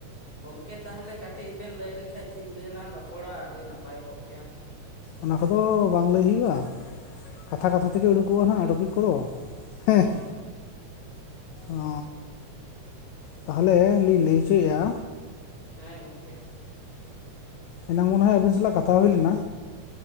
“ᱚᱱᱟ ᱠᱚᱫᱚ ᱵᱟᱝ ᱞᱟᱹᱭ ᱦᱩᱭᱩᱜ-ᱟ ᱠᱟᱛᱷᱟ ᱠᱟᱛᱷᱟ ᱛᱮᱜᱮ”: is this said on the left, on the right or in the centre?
Left